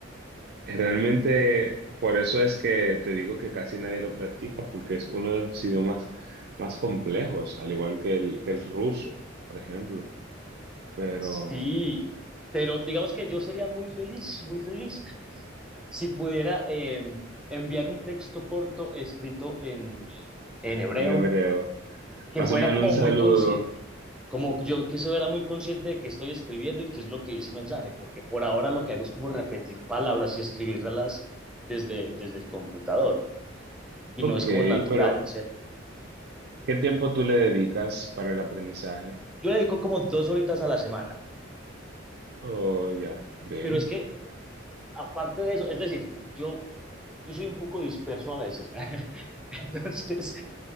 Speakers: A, on the right; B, in the centre.
A: Realmente, por eso es que te digo que casi nadie lo practica, porque es uno de los idiomas más complejos, al igual que el, que el ruso, por ejemplo, pero
B: Sí, pero digamos que yo sería muy feliz, muy feliz, si pudiera eh, enviar un texto corto escrito en, en, en hebreo
A: en hebreo.
B: que
A: Más
B: fuera
A: o menos
B: como
A: un saludo.
B: muy consciente, como yo que se fuera muy consciente de qué estoy escribiendo y qué es lo que dice el mensaje, porque por ahora lo que hago es como repetir palabras y escribirlas desde, desde el computador y
A: Ok,
B: no es como natural,
A: pero
B: ¿cierto?
A: ¿qué tiempo tú le dedicas para el aprendizaje?
B: Yo le dedico como dos horitas a la semana,
A: Oh, ya, bien.
B: pero es que aparte de eso, es decir, yo, yo soy un poco disperso a veces. <laughs> ¿eh? Entonces,